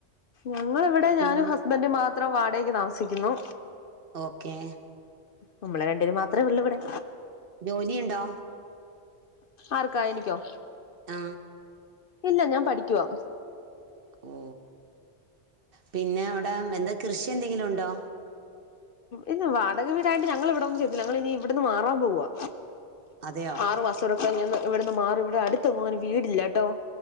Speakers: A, on the left (about 60°); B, on the right (about 55°).
A: ഞങ്ങളിവിടെ
B: പിന്നെ
A: ഞാനും ഹസ്ബൻഡ് മാത്ര ഇവടെ വാടകക്ക് താമസിക്കുന്നു
B: ഓക്കെ
A: നമ്മള് രണ്ടേര് മാത്രമേ ഉള്ളൂ ഇവടെ
B: ജോലിയുണ്ടോ
A: ആർക്കാ എനിക്കോ
B: ആ
A: ഇല്ല ഞാൻ പഠിക്കുവാ
B: ഓ പിന്നെ അവടെ എന്താ കൃഷിന്തെങ്കിലും ഉണ്ടോ
A: ഇല്ലാ വാടക വീടായോണ്ട് ഞങ്ങള് ഇവിടൊന്നും ചെയ്ത്തില്ല ഞങ്ങള് ഇനി ഇവടുന്ന് മാറാൻ പോവാ
B: അതെയോ
A: ആറ് <unintelligible> <unintelligible> ഇവടെന്ന് മാറുവാ ഇവടെ അടുത്തൊങ്ങും ഒര് വീടില്ലാട്ടോ